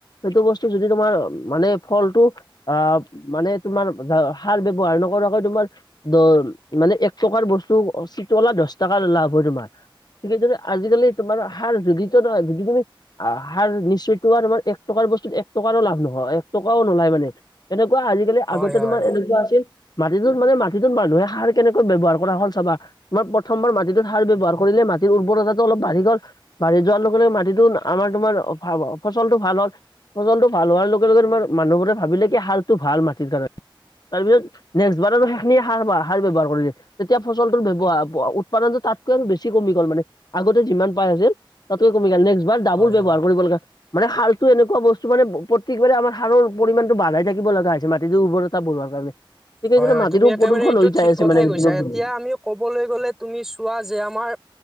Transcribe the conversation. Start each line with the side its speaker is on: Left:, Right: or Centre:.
Left: সেইটো বস্তু যদি তোমাৰ মানে ফলটো অ মানে তোমাৰ সাৰ ব্যৱহাৰ নকৰাকৈ তোমাৰ দ মানে এক টকাৰ বস্তু চিটলা দহ টকাৰ লাভ হয় তোমাৰ ঠিকেই যদি আজিকালি তোমাৰ সাৰ যদিত নহয় যদি তুমি আহ সাৰ নিচিটিৱা তোমাৰ এক টকাৰ বস্তুত এক টকাৰো লাভ নহয় এক টকাও নোলায় মানে এনেকুৱা আজিকালি
Centre: হয়
Left: আগতে
Centre: হয়
Left: তোমাৰ এনেকুৱা আছিল <unintelligible> মানে মাটিটোত মানুহে সাৰ কেনেকৈ ব্যৱহাৰ কৰা হল চাবা আমাৰ প্ৰথমবাৰ মাটিটোত সাৰ ব্যৱহাৰ কৰিলে মাটিৰ উৰ্বৰতাটো অলপ বাঢ়ি গ'ল। বাঢ়ি যোৱাৰ লগে লগে মাটিটো আমাৰ তোমাৰ ফচলটো ভাল হ'ল ফচলটো ভাল হোৱাৰ লগে লগে তোমাৰ মানুহবোৰে ভাবিলে কি সাৰটো ভাল মাটিৰ কাৰণে তাৰপিছত নেক্স বাৰো সেইখিনি সাৰ সাৰ ব্যৱহাৰ কৰিলে তেতিয়া ফচলটোৰ ব্যৱহাৰ উৎপাদনটো তাতকৈ বেছি কমি গ'ল মানে আগতে যিমান পাই আছিল তাতকে কমি গল নেক্সট বাৰ ডাবুল
Centre: হয়
Left: ব্যৱহাৰ
Centre: হয়
Left: কৰিব লগা মানে সাৰটো এনেকুৱা বস্তু মানে প্ৰত্যেকবাৰে আমাৰ সাৰৰ পৰিমাণটো বঢ়াই থাকিব লগা হৈছে মাটিটোৰ উৰ্বৰতা বঢ়োৱাৰ কাৰণে। গতিকে
Centre: হয় হয়
Left: মাটিটো
Centre: তুমি একেবাৰে
Left: প্ৰদূষণ
Centre: এইটো
Left: হৈ যাই
Centre: ঠিক
Left: আছে
Centre: কথাই
Left: মানে
Centre: কৈছা
Left: দিনক
Centre: এতিয়া
Left: দিনে
Centre: আমি ক'বলৈ গ'লে তুমি চোৱা যে আমাৰ